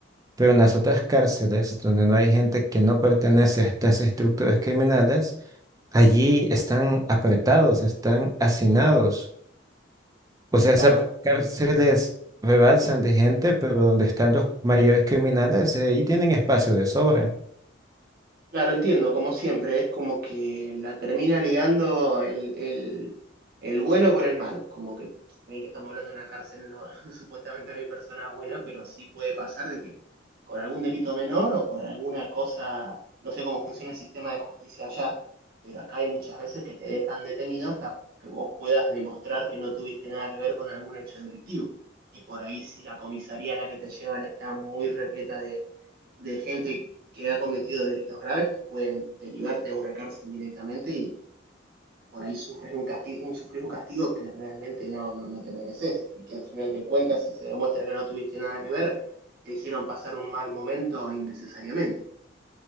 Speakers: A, on the right (about 20°); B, on the right (about 50°).
A: Pero en las otras cárceles, donde no hay gente que no pertenece a estas estructuras criminales, allí están apretados, están hacinados. O sea,
B: Claro,
A: esas cárceles rebalsan de gente, pero donde están los mayores criminales, eh, ahí tienen espacio de sobra.
B: Claro, entiendo, como siempre, es como que la termina ligando el, el, el bueno por el malo, como que se que estamos hablando de una cárcel, no, <laughs> supuestamente no hay personas buenas, pero sí puede pasar de que por algún delito menor o por alguna cosa, no sé cómo funciona el sistema de justicia allá, pero acá hay muchas veces que te dejan detenido hasta que vos puedas demostrar que no tuviste nada que ver con algún hecho delictivo. Y por ahí si la comisaría a la que te llevan está muy repleta de de gente que ha cometido delitos graves que pueden derivarte a una cárcel directamente y por ahí sufres un castigo, un, sufres un castigo que realmente no, no, no te mereces y que al final de cuentas, si se demuestra que no tuviste nada que ver, te hicieron pasar un mal momento innecesariamente.